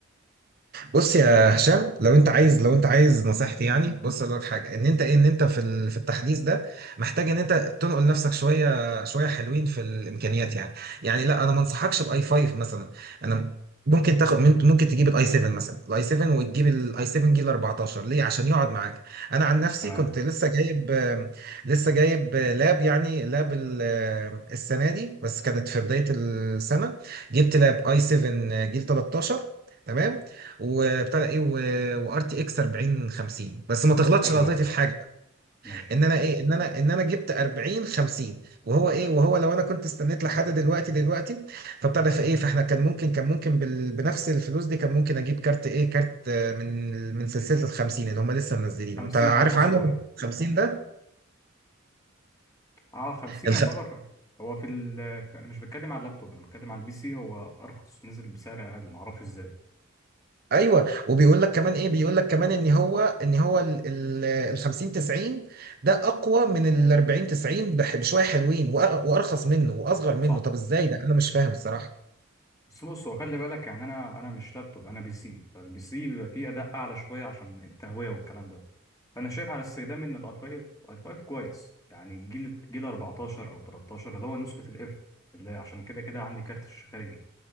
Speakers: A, on the right; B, on the left.
A: بص يا هشام لو انت عايز لو انت عايز نصيحتي يعني بص اقول لك حاجه ان انت ايه ان انت في ال- في التحديث ده محتاج ان انت تنقل نفسك شويه شويه حلوين في الامكانيات يعني يعني لا انا ما انصحكش باي 5 مثلا انا ممكن تاخد من- ممكن تجيب الاي 7 مثلا الاي 7 وتجيب الاي 7 جيل 14 ليه عشان يقعد معاك انا عن نفسي
B: تمام
A: كنت لسه جايب لسه جايب لاب يعني لاب ال- السنه دي بس كانت في بدايه السنه جبت لاب اي 7 جيل 13 وبتاع ده ايه وار تي اكس 40 50 بس ما تغلطش
B: حلو
A: غلطتي
B: قوي
A: في حاجه بقى.
B: ماشي
A: ان انا ايه ان انا ان انا جبت 40 50 وهو ايه وهو لو انا كنت استنيت لحد دلوقتي دلوقتي فبتاع ده فايه فاحنا كان ممكن كان ممكن بال... بنفس الفلوس دي كان ممكن اجيب كارت ايه كارت آه، من من سلسله ال 50 اللي هم لسه منزلينه
B: 50
A: انت عارف
B: ارخص
A: عنه
B: شويه
A: 50 ده
B: اه 50
A: ال
B: يعتبر هو في ال انا مش بتكلم على اللابتوب انا بتكلم على البي سي هو ارخص نزل بسعر اقل معرفش ازاي
A: ايوه وبيقول لك كمان ايه بيقول لك كمان ان هو ان هو ال ال ال 50 90 ده اقوى من ال 40 90 بح- بشويه حلوين وأ- وارخص منه واصغر منه
B: صح
A: طب ازاي
B: مم.
A: ده انا مش فاهم الصراحه
B: بس بص هو خلي بالك يعني انا انا مش لابتوب انا بي سي فالبي سي بيبقى فيه اداء اعلى شويه عشان التهويه والكلام ده فانا شايف على استخدام ان الاي 5 اي 5 كويس يعني جيل جيل 14 او 13 اللي هو نسخه الاف اللي عشان كده كده عندي كارت شاشة خارجي